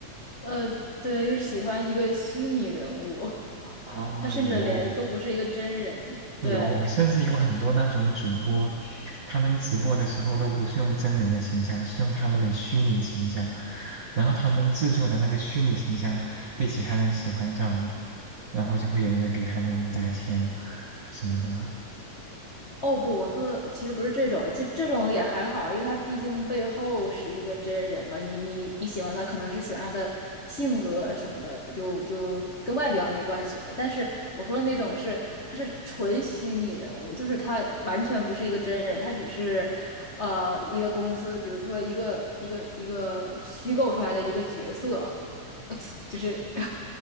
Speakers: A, on the left (about 75°); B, on the right (about 80°).
A: 呃，对，就是喜欢一个虚拟人物，
B: <laughs> 啊、
A: <laughs> 他甚至连都不是一个真人。
B: 有有，
A: 对，
B: 甚至有很多那种主播，他们直播的时候都不是用真人的形象，是用他们的虚拟形象，然后他们制作的那个虚拟形象被其他人喜欢上了，然后就会有人给他们砸钱什么的。
A: 哦不，我说的其实不是这种，这这种也还好，因为他毕竟背后是一个真人嘛。你你你喜欢他，可能是喜欢他的性格什么的，就就跟外表没关系了。但是我说的那种是，他是纯虚拟人物，就是他完全不是一个真人，他只是呃一个公司，比如说一个一个一个虚构出来的一个角色。<laughs> 就是